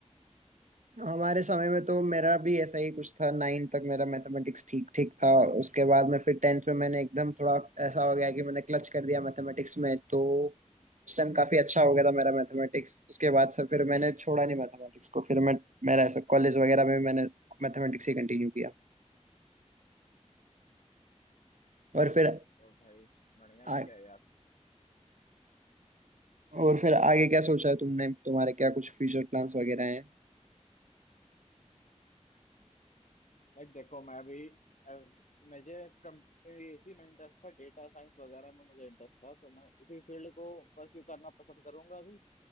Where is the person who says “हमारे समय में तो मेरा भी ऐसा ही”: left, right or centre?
Right